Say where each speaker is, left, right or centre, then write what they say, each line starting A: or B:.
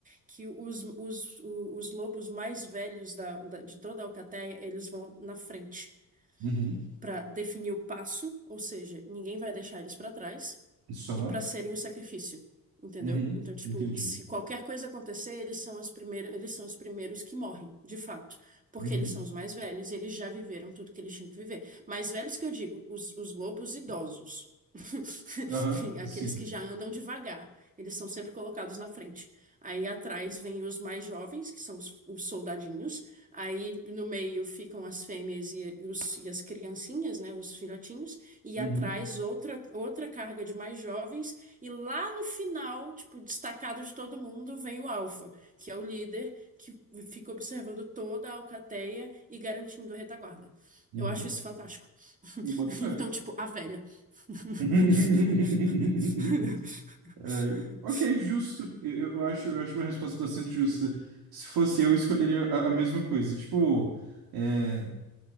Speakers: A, on the right; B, on the right.
A: que os, os, o- os lobos mais velhos da- da- de toda a alcateia, eles vão na frente
B: Uhum.
A: para definir o passo, ou seja, ninguém vai deixar eles para trás,
B: Só?
A: e para serem o sacrifício, entendeu?
B: Uhum.
A: Então, tipo,
B: Entendi.
A: se qualquer coisa acontecer, eles são as primeiras, eles são os primeiros que morrem, de fato, porque
B: Uhum.
A: eles são os mais velhos, eles já viveram tudo que eles tinham que viver. Mais velhos que eu digo, os, os lobos idosos. <laughs>
B: Aham.
A: Aqueles
B: Sim.
A: que já andam devagar, eles são sempre colocados na frente. Aí atrás vem os mais jovens, que são os, os soldadinhos, Aí no meio ficam as fêmeas e, e os- e as criancinhas, né, os filhotinhos, e
B: Uhum.
A: atrás outra, outra carga de mais jovens, e lá no final, tipo, destacado de todo mundo, vem o alfa, que é o líder que fica observando toda a alcateia e garantindo a retaguarda.
B: Uhum.
A: Eu acho isso fantástico. <laughs>
B: Me boto fé.
A: Então, tipo, a velha. <laughs>
B: <laughs> É, eu- ok, justo. Eu, eu- acho, eu acho uma resposta bastante justa. Se fosse eu, eu escolheria a, a mesma coisa. Tipo, é,